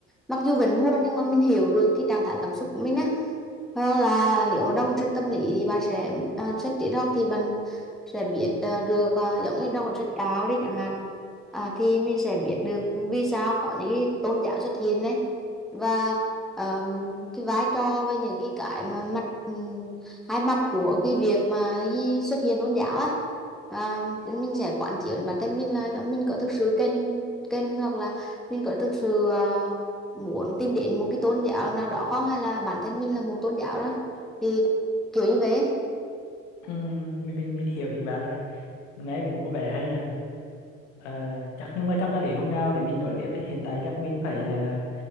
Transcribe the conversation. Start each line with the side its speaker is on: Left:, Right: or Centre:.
Centre: mặc dù vẫn buồn nhưng mà mình hiểu được cái trạng thái cảm xúc của mình á hoặc là nếu mà đọc sách tâm lý thì bạn sẽ à, sách triết học thì bạn sẽ biết ờ, được ờ, giống như đọc sách đạo đi chẳng hạn à, thì mình sẽ biết được vì sao có những cái tôn giáo xuất hiện đấy và ờm, cái vai trò với những cái cái mà mặt ừm, hai mặt của cái việc mà cái xuất hiện tôn giáo á à, mình sẽ quán chiếu bản thân mình là mình có thực sự cần cần hoặc là mình có thực sự ờ, muốn tìm đến một cái tôn giáo nào đó không hay là bản thân mình là một tôn giáo rồi thì kiểu như thế
Left: ừ, mình, mình mình hiểu ý bạn rồi nghe cũng có vẻ hay nhỉ Ờ, chắc nhưng mà chắc là để hôm nào để mình nói tiếp đấy hiện tại chắc mình phải là